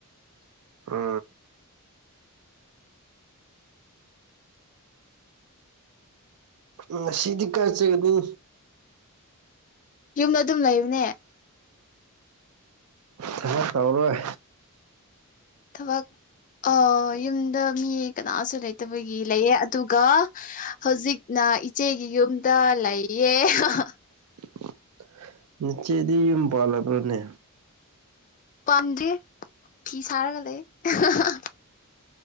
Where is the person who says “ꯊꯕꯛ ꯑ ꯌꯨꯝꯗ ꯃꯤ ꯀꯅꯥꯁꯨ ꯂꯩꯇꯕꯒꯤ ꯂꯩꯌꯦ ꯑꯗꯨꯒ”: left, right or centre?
Left